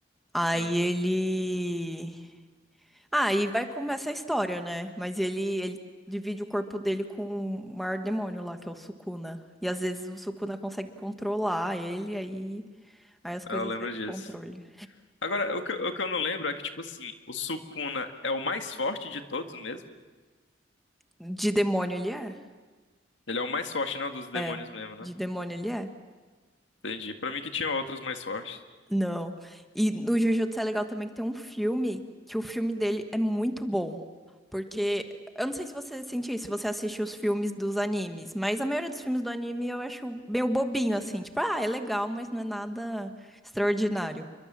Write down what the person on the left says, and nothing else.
Sim.
Eu lembro
disso.
Agora, o que, eu- o que eu não lembro é que, tipo assim, o Sukuna é o mais forte de todos mesmo?
Ele é o mais forte, não, dos demônios
mesmo, né?
Entendi. Pra mim que tinha outros mais fortes.